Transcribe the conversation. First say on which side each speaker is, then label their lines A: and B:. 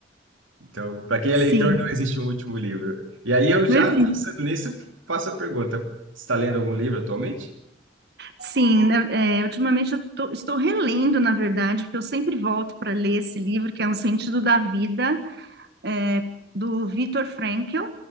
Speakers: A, on the right; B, on the right.
A: Então, para quem é
B: Sim,
A: leitor, não existe um último livro. E aí eu já
B: não existe.
A: pensando nisso, faço a pergunta: Você está lendo algum livro atualmente?
B: sim. né, é, ultimamente eu tô- estou relendo, na verdade, porque eu sempre volto para ler esse livro, que é Um Sentido da Vida, é, do Viktor Frankl.